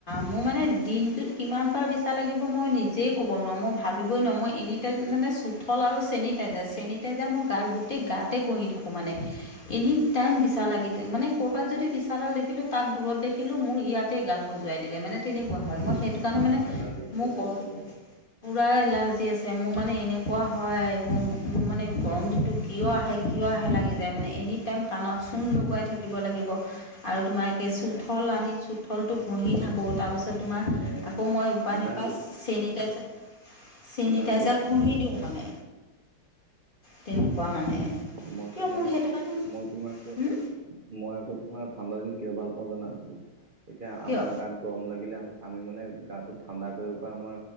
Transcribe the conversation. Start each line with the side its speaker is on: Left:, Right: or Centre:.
Left: মোৰ মানে দিনটোত কিমান বাৰ বিচা লাগিব মই নি জেই ক'ব নোৱাৰো, মই ভাবিবই নোৱাৰো। মই এনে মানে চুঠল আৰু চেনিটাইজাৰ, চেনিটাইজাৰ মই গাৰ গোটেই গাতে ঘঁহি থাকোঁ মানে। এনি টাইম বিচা
Right: উম
Left: লাগি যায়। মানে ক'ৰবাত যদি বিচাডাল দেখিলোঁ তাত দূৰত দেখিলোঁ মোৰ ইয়াতেই গা সজুৱাই দিলে মানে তেনেকুৱা হয়। মই সেইটো
Right: অ
Left: কাৰণে মানে
Right: এলাৰ্জি পুৰা
Left: মোক গ
Right: এলাৰ্জি আছে
Left: পোৰা এলাৰ্জি আছে। মোৰ মানে এনেকুৱা হয় মোৰ-মোৰ মানে গৰম যিটো কিয় আহে কিয় আহে লাগি যায় মানে এনি টাইম কাণত চূণ
Right: উম
Left: লগোৱাই থাকিব লাগিব আৰু তোমাৰ একে চোঠল
Right: হে
Left: আনি চু থলটো ঘঁহি থাকো তাৰ পাছত তোমাৰ
Right: হে
Left: আকৌ মই উপায়
Right: ইমান
Left: নাপাই
Right: বেছি
Left: চেনিটাইজাৰ- চিনিটাইজাৰ
Right: ইমান বেছি
Left: ঘঁহি দিওঁ মানে তেনেকুৱা মানে।
Right: মই
Left: কিয়
Right: তোমাৰ
Left: মোৰ সেইটো কাৰণে
Right: মই তোমাৰ আকৌ
Left: হ'ম?
Right: মই আকৌ তোমাৰ ঠাণ্ডা দিন কিয় ভাল পাওঁ জানা। এতিয়া
Left: কিয়
Right: আমাৰ গাত গৰম লাগিলে আম আমি মানে গাটো ঠাণ্ডা কৰিব পৰা আমাৰ